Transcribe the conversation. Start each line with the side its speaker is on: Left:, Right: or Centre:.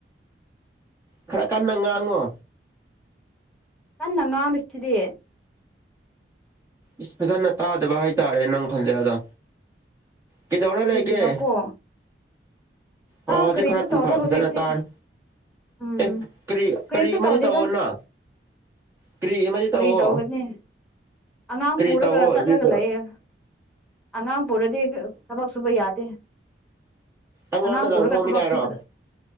Right: ꯈꯔ ꯀꯟꯅ ꯉꯥꯡꯉꯣ
Centre: ꯀꯟꯅ ꯉꯥꯡꯉꯤꯁꯤꯗꯤ
Right: ꯏꯁ ꯐꯖꯅ ꯇꯥꯗꯕ ꯍꯥꯏꯇꯥꯔꯦ ꯅꯪ ꯈꯟꯖꯤꯟꯗꯣ ꯑꯗ ꯀꯩꯗꯧꯔ
Centre: ꯀꯔꯤꯒꯤꯔꯀꯣ
Right: ꯂꯩꯒꯦ ꯑꯣ
Centre: ꯑꯥ
Right: ꯍꯧꯖꯤꯛ
Centre: ꯀꯔꯤꯁꯨ
Right: ꯈꯔ
Centre: ꯇꯧꯗꯦ
Right: ꯐꯖꯅ
Centre: ꯍꯧꯖꯤꯛꯇꯤ
Right: ꯇꯥꯔꯦ
Centre: ꯎꯝ
Right: ꯑꯦ ꯀꯔꯤ
Centre: ꯀꯔꯤꯁꯨ
Right: ꯀꯔꯤ ꯑꯃꯗꯤ
Centre: ꯇꯧꯗꯦꯗ
Right: ꯇꯧꯑꯣꯅꯣ ꯀꯔꯤ ꯑꯃꯗꯤ
Centre: ꯀꯔꯤ
Right: ꯇꯧꯋꯣ
Centre: ꯇꯧꯒꯅꯤ ꯑꯉꯥꯡ
Right: ꯀꯔꯤ
Centre: ꯄꯨꯔꯒ
Right: ꯇꯧꯋꯣ
Centre: ꯆꯠꯂꯒ
Right: ꯑꯗꯨꯏꯗꯣ
Centre: ꯂꯩꯌꯦ ꯑꯉꯥꯡ ꯄꯨꯔꯗꯤ ꯊꯕꯛ ꯁꯨꯕ ꯌꯥꯗꯦ
Right: ꯑꯉꯥꯡꯗ
Centre: ꯑꯉꯥꯡ ꯄꯨꯔꯒ
Right: ꯂꯪꯊꯣꯛꯅꯤꯡꯉꯥꯏꯔꯣ
Centre: ꯊꯕꯛ ꯁꯨꯀꯗ